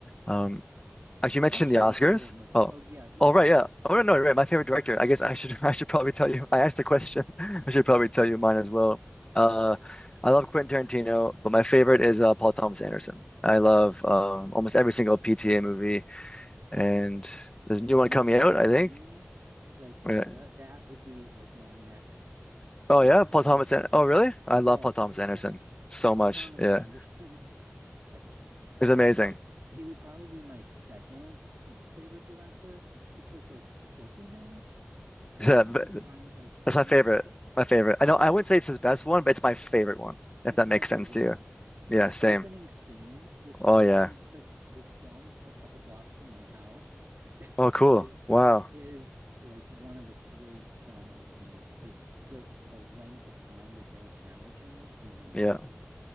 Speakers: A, on the left; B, on the right.
A: Um, Actually,
B: But
A: you mentioned
B: what's your
A: the Oscars.
B: favorite movie?
A: Oh,
B: Oh yeah, go
A: oh right,
B: go ahead.
A: yeah. Oh no, you're right. My favorite director. I guess I should <laughs> I should probably tell you. I asked the question. <laughs> I should probably tell you mine as well. Uh, I love Quentin Tarantino, but my favorite is uh, Paul Thomas Anderson. I love um,
B: Oh,
A: almost every single PTA movie, and there's a new
B: Are
A: one
B: you
A: coming
B: freaking
A: out, I
B: kidding
A: think.
B: me? Like
A: Yeah.
B: the that would be like my next
A: Oh
B: ones.
A: yeah, Paul Thomas.
B: Like are
A: An oh really? I love
B: Oh
A: Paul Thomas
B: my gosh.
A: Anderson so
B: Paul
A: much.
B: Thomas
A: Yeah,
B: Anderson <laughs> is like, yeah,
A: it's amazing.
B: like
A: <laughs>
B: he would probably be my second favorite director because like Boogie Nights, I
A: Yeah,
B: don't know how
A: but
B: many times I've seen
A: that's my favorite.
B: that.
A: My favorite. I know I
B: My
A: wouldn't
B: f-
A: say it's his best one, but it's my favorite one. If
B: it's
A: that
B: my
A: makes
B: favorite
A: sense to
B: one.
A: you. Yeah,
B: That
A: same.
B: opening scene, which
A: Oh
B: actually
A: yeah.
B: took was filmed a couple blocks from my house, <laughs>
A: Oh cool.
B: is
A: Wow.
B: is like one of the great film openings. Like the the length of time with no camera change, amazing.
A: Yeah.